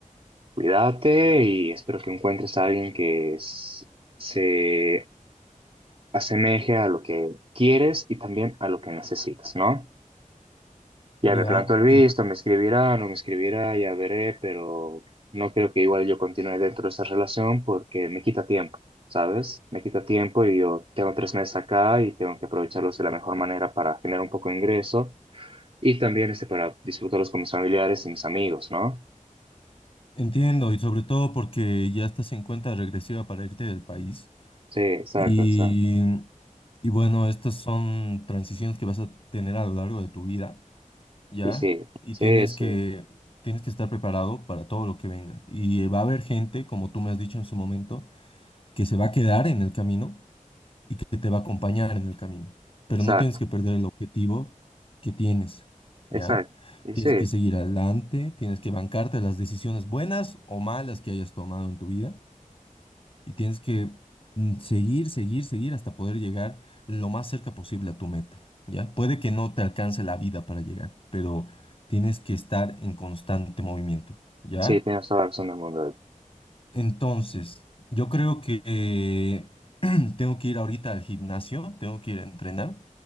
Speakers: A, on the right; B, on the left.
A: Cuídate y espero que encuentres a alguien que s- se asemeje a lo que quieres y también a lo que necesitas, ¿no? Ya
B: Ya,
A: me planto el visto,
B: en-
A: me escribirá, no me escribirá, ya veré, pero no creo que igual yo continúe dentro de esa relación porque me quita tiempo, ¿sabes? Me quita tiempo y yo tengo tres meses acá y tengo que aprovecharlos de la mejor manera para generar un poco de ingreso y también este para disfrutarlos con mis familiares y mis amigos, ¿no?
B: entiendo, y sobre todo porque ya estás en cuenta regresiva para irte del país.
A: Sí, exacto,
B: Y,
A: exacto.
B: y bueno, estas son transiciones que vas a tener a lo largo de tu vida, ¿ya?
A: Y sí,
B: Y
A: sí,
B: tienes
A: sí,
B: que, tienes que estar preparado para todo lo que venga. Y va a haber gente, como tú me has dicho en su momento, que se va a quedar en el camino y que te va a acompañar en el camino. Pero
A: exacto,
B: no tienes que perder el objetivo que tienes, ¿ya?
A: exacto. Y
B: Tienes
A: sí,
B: que seguir adelante, tienes que bancarte las decisiones buenas o malas que hayas tomado en tu vida y tienes que mm, seguir, seguir, seguir hasta poder llegar lo más cerca posible a tu meta, ¿ya? Puede que no te alcance la vida para llegar, pero tienes que estar en constante movimiento, ¿ya?
A: sí, tienes toda la razón del mundo.
B: Entonces, yo creo que eh, <clears throat> tengo que ir ahorita al gimnasio, tengo que ir a entrenar.